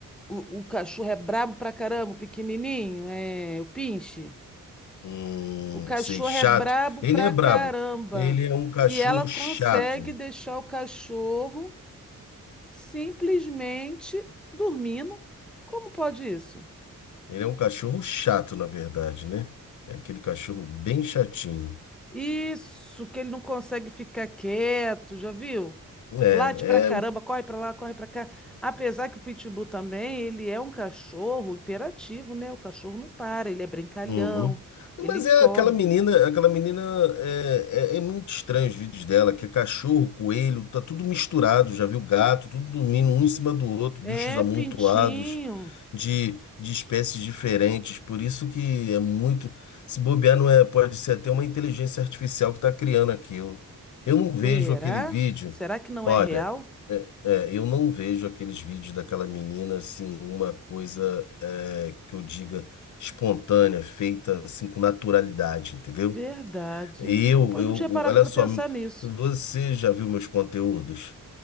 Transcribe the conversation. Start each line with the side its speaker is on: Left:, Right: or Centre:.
Centre: o, o cachorro é brabo pra caramba, o pequenininho, é, o pinche.
Left: Hum,
Centre: O cachorro
Left: sei, chato.
Centre: é brabo
Left: Ele
Centre: pra
Left: é brabo.
Centre: caramba.
Left: Ele é um cachorro
Centre: E ela consegue
Left: chato.
Centre: deixar o cachorro simplesmente dormindo. Como pode isso?
Left: Ele é um cachorro chato, na verdade, né? É aquele cachorro bem chatinho.
Centre: Isso, que ele não consegue ficar quieto, já viu?
Left: É,
Centre: Late pra caramba,
Left: é, o-
Centre: corre pra lá, corre pra cá. Apesar que o Pitbull também, ele é um cachorro hiperativo, né? O cachorro não para, ele é brincalhão,
Left: uhum.
Centre: ele
Left: Mas
Centre: corre.
Left: é aquela menina, aquela menina é, é, é muito estranho os vídeos dela, que é cachorro, coelho, tá tudo misturado, já viu gato, tudo dormindo um em cima do outro,
Centre: É,
Left: bichos amontoados
Centre: Pintinho.
Left: de, de espécies diferentes, por isso que é muito, se bobear não é, pode ser até uma inteligência artificial que tá criando aquilo. Eu não vejo
Centre: Será?
Left: aquele vídeo.
Centre: Será que não
Left: Ó,
Centre: é real?
Left: É, é, eu não vejo aqueles vídeos daquela menina assim, uma coisa é, que eu diga espontânea, feita assim com naturalidade, entendeu?
Centre: Verdade.
Left: Eu,
Centre: Não, po-
Left: eu,
Centre: não tinha parado
Left: olha
Centre: pra
Left: só,
Centre: pensar nisso.
Left: você já viu meus conteúdos?